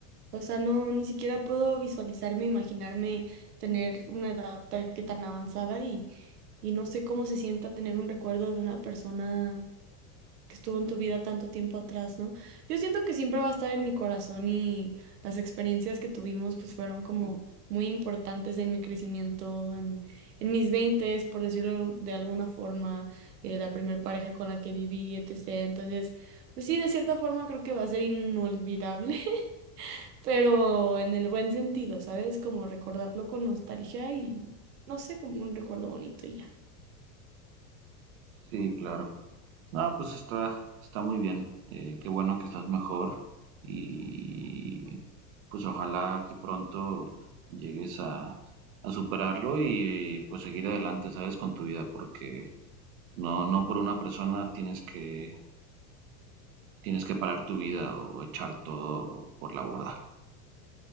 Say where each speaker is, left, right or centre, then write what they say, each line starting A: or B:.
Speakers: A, on the right; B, on the right.
A: O sea, no, ni siquiera puedo visualizarme, imaginarme tener una edad ta- que tan avanzada y, y no sé cómo se sienta tener un recuerdo de una persona que estuvo en tu vida tanto tiempo atrás, ¿no? Yo siento que siempre va a estar en mi corazón y las experiencias que tuvimos pues fueron como muy importantes en mi crecimiento, en, en mis veintes, por decirlo de alguna forma, eh, la primer pareja con la que viví, etcétera. Entonces, pues sí, de cierta forma creo que va a ser inolvidable, <laughs> pero en el buen sentido, ¿sabes? Como recordarlo con nostalgia y no sé, como un recuerdo bonito y ya.
B: Sí, claro. No, pues está, está muy bien. Eh, qué bueno que estás mejor y pues ojalá que pronto llegues a, a superarlo y eh, pues seguir adelante, ¿sabes? Con tu vida, porque no, no por una persona tienes que, tienes que parar tu vida o echar todo por la borda.